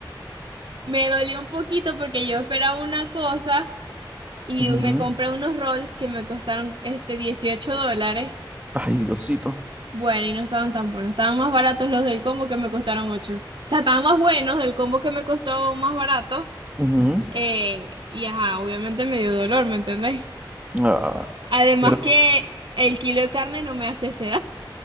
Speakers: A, on the right; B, on the right.
A: <laughs> me dolió un poquito porque yo esperaba una cosa y
B: ujú,
A: me compré unos rolls que me costaron este 18 dólares.
B: Ay, Diosito.
A: Bueno, y no estaban tan buenos, estaban más baratos los del combo que me costaron 8. O sea, estaban más buenos del combo que me costó más barato.
B: Ujú.
A: Eh, y ajá, obviamente me dio dolor, ¿me entendéis?
B: Ah,
A: Además
B: pero,
A: que el kilo de carne no me hace sed.